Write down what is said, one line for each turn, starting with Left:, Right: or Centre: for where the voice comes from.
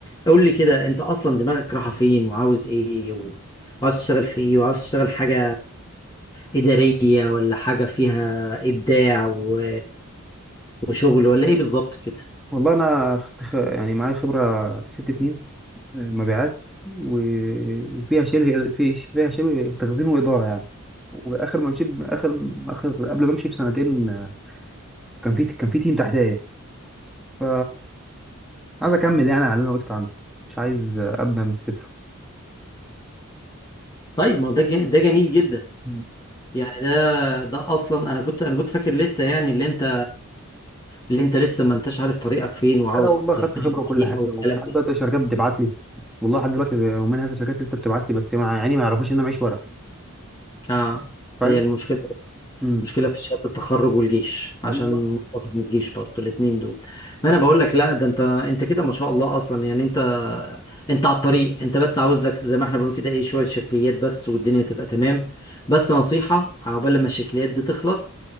Left: قول لي كده انت اصلا دماغك رايحه فين وعاوز ايه وعاوز تشتغل في ايه وعاوز تشتغل حاجه اداريه ولا حاجه فيها ابداع و... وشغل ولا ايه بالظبط كده
Centre: والله انا خدت خ- يعني معايا خبره ست سنين آه، مبيعات و... وفيها شبه في فيها شبه تخزين واداره يعني واخر ما مشيت اخر اخر قبل ما امشي بسنتين آه، كان في كان في تيم تحتيا يعني. ف عايز اكمل يعني على اللي انا وقفت عنده مش عايز ابدا من الصفر
Left: طيب ما هو ده ج- ده جميل جدا
Centre: مم.
Left: يعني ده ده اصلا انا كنت انا كنت فاكر لسه يعني اللي انت اللي انت لسه ما انتش عارف طريقك فين وعاوز
Centre: انا والله
Left: تعمل
Centre: خدت خبره وكل
Left: ايه
Centre: حاجه
Left: او الكلام
Centre: وفي لحد
Left: ده
Centre: دلوقتي شركات بتبعت لي والله لحد دلوقتي ومنها في شركات لسه بتبعت لي بس مع يعني ما يعرفوش ان انا معيش ورق
Left: اه
Centre: فاهم
Left: هي المشكلة بس
Centre: امم
Left: مشكلة في شهادة التخرج والجيش عشان
Centre: ايوه
Left: متفق من الجيش برضه الاتنين دول ما انا بقول لك لا ده انت انت كده ما شاء الله اصلا يعني انت انت على الطريق انت بس عاوز لك زي ما احنا بنقول كده ايه شوية شكليات بس والدنيا تبقى تمام بس نصيحة عقبال لما الشكليات دي تخلص